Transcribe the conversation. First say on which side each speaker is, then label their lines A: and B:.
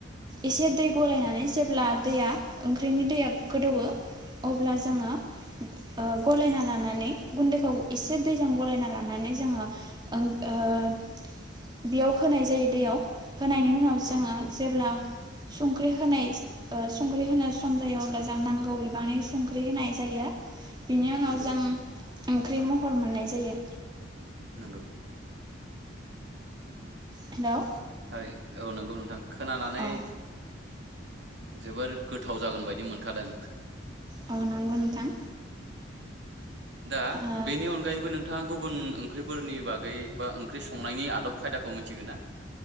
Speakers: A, on the right; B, on the right.
A: एसे दै गलायनानै जेब्ला दैया ओंख्रिनि दैया गोदौङो अब्ला जोङो ओ गलायना लानानै गुन्दैखौ एसे दैजों गलायना लानानै जोङो ओं बेयाव होनाय जायो दैयाव। होनायनि उनाव जोङो
B: औ नंगौ
A: जेब्ला संख्रि होनाय जो ओ संख्रि होनो सम जायो अब्ला जों नांगौ बिबांनि संख्रि होनाय जायो। बिनि उनाव
B: नंगौ
A: जों ओंख्रि महर मोननाय जायो।
B: नंगौ।
A: हेलौ
B: थारैनो औ नंगौ नोंथां। खोनानानै
A: औ
B: जोबोर गोथाव जागोन बायदि मोनखादों।
A: औ नंगौ नोंथां
B: दा
A: ओ
B: बेनि अनगायैबो नों नोंथाङा गुबुन ओंख्रिफोरनि बागै बा ओंख्रि संनायनि आदब खायदाखौ मिथिगौ ना?